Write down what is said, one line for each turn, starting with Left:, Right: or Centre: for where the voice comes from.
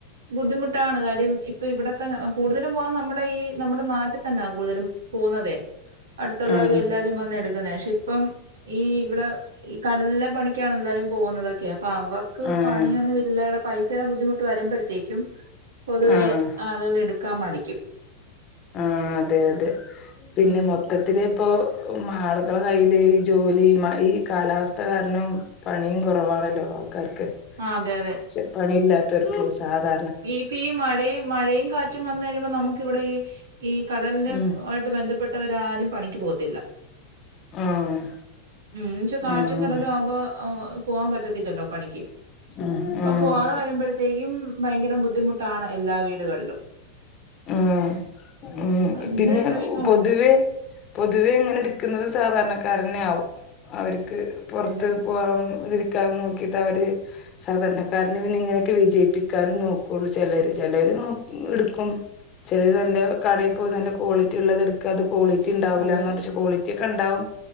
Right: ബുദ്ധിമുട്ടാണ് കാര്യം ഇപ്പം ഇവിടെക്കെ ഞാ കൂടുതലും പോകുന്ന നമ്മടെ ഈ നമ്മടെ നാട്ടിത്തന്നാ കൂടുതലും പോകുന്നതേ അടുത്തുള്ളവരും
Left: ആഹ്
Right: എല്ലാരും വന്ന് എടുക്കുന്നെയാ പക്ഷെ ഇപ്പം ഈ ഇവിടെ ഈ കടലിലെ പണിക്കാണെല്ലാരും പോകുന്നത് ക്കെ അപ്പം അവർക്ക്
Left: ആഹ്
Right: പണിയൊന്നും ഇല്ലാതെ പൈസേടെ ബുദ്ധിമുട്ട് വരുമ്പഴത്തേക്കും പൊതുവേ
Left: ആഹ്
Right: ആളുകളെടുക്കാൻ മടിക്കും
Left: ആഹ് അതെ അതെ പിന്നെ
Right: ഉം
Left: മൊത് ത്തത്തിലിപ്പോ മാള്കളെ കൈയില് ഈ ജോലി മാ ഈ കാലാവസ്ഥ കാരണം പണീം കൊറവാണല്ലോ ആൾക്കാർക്ക്
Right: ആഹ് അതെ അതെ
Left: ച്ചെ പണിയില്ലാത്തവർക്കിത് സാധാ
Right: ഈപ്പീ മഴയും മഴയും കാറ്റും വന്ന് കഴിയുമ്പോ നമുക്കിവിടെ ഈ ഈ കടലിന്റെ
Left: ഉം
Right: ഓ ട് ബന്ധപ്പെട്ടവരാരും പണിക്ക് പോകത്തില്ല
Left: ആഹ്
Right: ഉം എന്ന്ച്ചാ കാറ്റും
Left: ആഹ്
Right: കടലും ആവുമ്പോ ആഹ് പോകാൻ പറ്റത്തില്ലല്ലോ പണിക്ക്
Left: ആഹ്
Right: അപ്പൊ
Left: ആഹ്
Right: പോവാതെ വരുമ്പോഴത്തേക്കും ഭയങ്കര ബുദ്ധിമുട്ടാണ് എല്ലാ വീടുകൾലും
Left: ഉം ഉം
Right: അതിന്റെ
Left: പിന്നെ
Right: ഒരു പ്രശ്നമുണ്ട്
Left: പൊതുവേ പൊതുവേ അങ്ങനെടുക്കുന്നത് സാധാരണക്കാരന്നെ ആവും അവര്ക്ക് പൊറത്ത്
Right: അതെ
Left: പോവാതിരിക്കാൻ നോക്കിട്ടവര് സാധാരണക്കാരനെ പിന്നെ ഇങ്ങനെയൊക്കെ വിജയിപ്പിക്കാനും നോക്കുള്ളു ചെലര് ചെലര് നോ എടുക്കും ചെലരെന്താ കടേ പോയി നല്ല ക്വാളിറ്റി ഉള്ളത് എടുക്കാതെ ക്വാളിറ്റി ഇണ്ടാവൂല്ലാന്ന്
Right: അതെ
Left: പറഞ്ഞു പക്ഷെ ക്വാളി റ്റിക്കണ്ടാവും